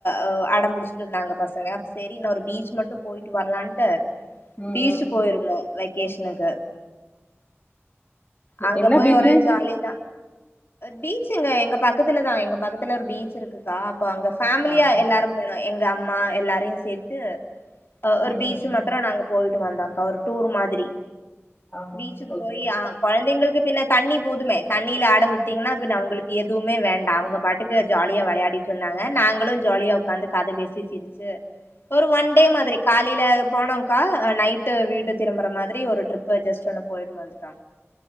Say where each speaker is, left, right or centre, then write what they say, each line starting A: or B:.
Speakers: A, on the left; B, on the left.
A: அ அடம்புடுச்சிட்டு இருந்தாங்க பசங்க செரி ஒரு பீச் மட்டு போயிட்டு வர்லா ன்ட்டு
B: ம்
A: பீச்
B: ம்
A: போயிருந்தோ வெக்கேஷனுக்கு அங்க
B: என்ன
A: போய்
B: பீச்சு
A: ஒரே ஜாலிதா பீச் எங்க எங்க பக்கத்துலதா எங்க பக்கத்துல ஒரு பீச் இருக்குக்கா அங்க ஃபேமிலியா
B: ஆ
A: எல்லாரு போனோ எங்க அம்மா எல்லாரையு சேத்து ஒரு
B: ம்
A: பீச்சு
B: ம்
A: மத்தரோ நாங்க போயிட்டு வந்தாக்கா ஒரு டூர் மாதிரி
B: ஆ
A: பீச்சுக்கு
B: ஓகே
A: போய் ஆ குழந்தைங்ளுக்கு பின்ன தண்ணி போதுமே தண்ணில ஆட விட்டீங்ன்னா பின்ன அவுங்ளுக் எதுவுமே வேண்டா அவுங்க பாட்டுக்கு ஜாலியா வெளையாடிட்டு இருந்தாங்க நாங்களு ஜாலியா உக்காந்து கத பேசி சிருச்சு ஒரு ஒன் டே மாதிரி காலையில போனோங்கா நைட்டு வீடு திரும்புற மாதிரி ஒரு ட்ரிப் ஜஸ்டு இல்ல போயிட்டு வந்துட்டா